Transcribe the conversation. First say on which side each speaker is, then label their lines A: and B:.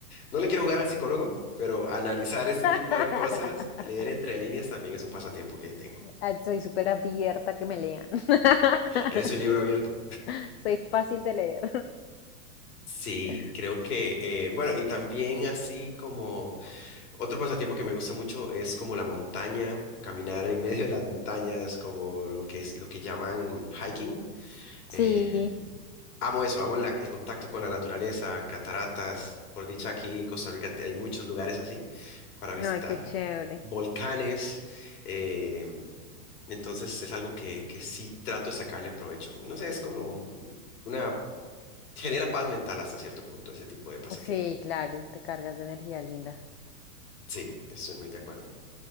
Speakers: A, on the left; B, on the left.
A: No le quiero jugar al psicólogo, pero analizar este
B: <laughs>
A: tipo de cosas, leer entre líneas también es un pasatiempo que tengo.
B: Ah, Soy súper abierta a que me lean. <laughs>
A: Eres un libro abierto.
B: Soy fácil de leer.
A: Sí,
B: <laughs>
A: creo que, eh, bueno, y también así como otro pasatiempo que me gusta mucho es como la montaña, caminar en medio de las montañas, como lo que es lo que llaman hiking.
B: Sí,
A: Eh, amo eso, amo la- el contacto con la naturaleza, cataratas. Por dicha aquí en Costa Rica te- hay muchos lugares así para visitar,
B: Ay, qué chévere.
A: volcanes. eh, Entonces es algo que, que sí trato de sacarle provecho. No sé, es como un- una... <laughs> genera paz mental hasta cierto punto ese tipo de pasatiempo.
B: Sí, claro, te cargas de energía linda.
A: Sí, estoy muy de acuerdo.